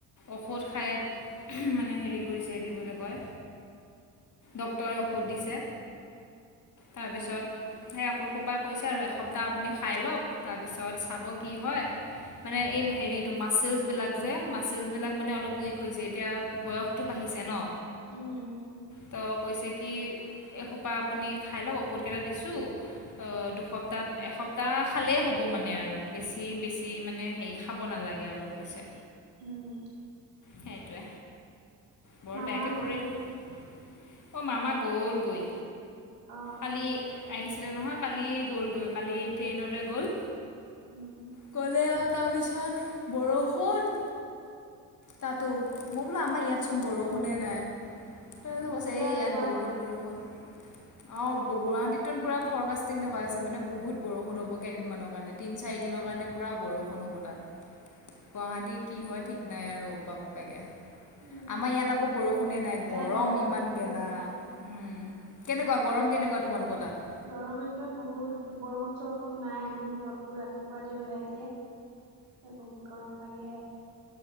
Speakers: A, on the left; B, on the right.
A: ঔষধ
B: অ'।
A: খাই- মানে হেৰি কৰিছে কি বুলি কয় ডক্তৰে ঔষধ দিছে তাৰপিছত। সেই ঔষধ খোপা কৈছে আৰু এসপ্তাহ আপুনি খাই লওঁক তাৰপিছত চাব কি হয়। মানে এই হেৰিটো মাচেলছবিলাক যে মাচেছবিলাক
B: উম।
A: মানে অলপ উইক- হৈছে এতিয়া বয়সটো বাঢ়িছে ন।
B: উম, উম,
A: ত' কৈছে কি এসোপা আপুনি খাই লওঁক ঔষধকেইটা দিছোঁ। দুসপ্তাহ এসপ্তাহ খালেই হ'ব মানে আৰু বেছি বেছি। মানে হেৰি খাব নালাগে আৰু কৈছে।
B: উম
A: সেইটোৱে, বৰ
B: মামা
A: বেয়াকে
B: কি
A: পৰিল।
B: কৰি আছে?
A: অঁ মামা গ'লগৈ,
B: অ', অ',
A: কালি- আহিছিলে নহয় কালি গ'লগৈ কালি ট্ৰেইনতে গ'ল।
B: উম
A: গলে আৰু তাৰপিছত বৰষুণ তাতো, ম‌ই বোলো আমাৰ ইয়াতচোন বৰষুণে নাই। তাৰপাছত
B: উম,
A: কৈছে,
B: এতিয়া
A: এই ইয়াত
B: গুৱাহাটীত
A: বহুত বৰষুণ। অ', গুৱাহাটীত পোৰা ফ'ৰকাষ্টি দেখুৱাই আছে মানে বহুত বৰষুণ হ'ব কেইদিনমানৰ কাৰণে, তিন চাৰিদিনৰ কাৰণে পোৰা বৰষুণ হব তাত, গুৱাহাটী কি হয় ঠিক নাই আৰু বাপ পেকে।
B: উম,
A: আমাৰ ইয়াত আকৌ বৰষুণে নাই
B: ইয়াত
A: গৰম
B: আকৌ
A: ইমান
B: ৰ'দ দি
A: গেলা।
B: আছে।
A: উম, কেনেকুৱা গৰম কেনেকুৱা তোমালোকৰ তাত
B: গৰম একদম বহুত বৰষুণ চৰষুণ নাই একদম ৰ'দটো ৰাতিপুৱাতে ওলাই দিয়ে। সে বহুত গৰম লাগি আহে।